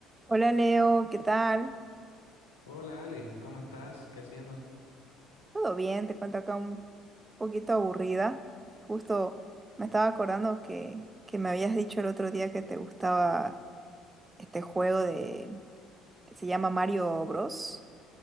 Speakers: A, on the right; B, on the left.
A: Hola Leo, ¿qué tal?
B: Hola Ali, ¿cómo estás? ¿Qué haciendo?
A: ¿Todo bien? Te cuento acá un poquito aburrida. Justo me estaba acordando que, que me habías dicho el otro día que te gustaba este juego de que se llama Mario Bros.